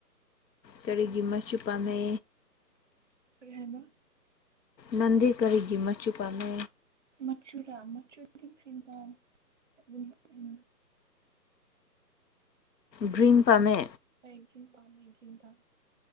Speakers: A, on the left (about 80°); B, on the right (about 45°).
A: ꯀꯔꯤꯒꯤ ꯃꯁꯨ ꯄꯥꯝꯃꯦ
B: ꯀꯔꯤ ꯍꯥꯏꯕ
A: ꯅꯟꯗꯤ ꯀꯔꯤꯒꯤ ꯃꯆꯨ ꯄꯥꯟꯃꯦ
B: ꯃꯆꯨꯔꯥ ꯃꯆꯨꯗꯤ ꯒ꯭ꯔꯤꯟ ꯄꯥꯝꯃ ꯍꯥꯏꯕꯅꯤ
A: ꯒ꯭ꯔꯤꯟ ꯄꯥꯝꯃꯦ
B: ꯒ꯭ꯔꯤ ꯄꯥꯃꯦ ꯒ꯭ꯔꯤ ꯗꯥꯛ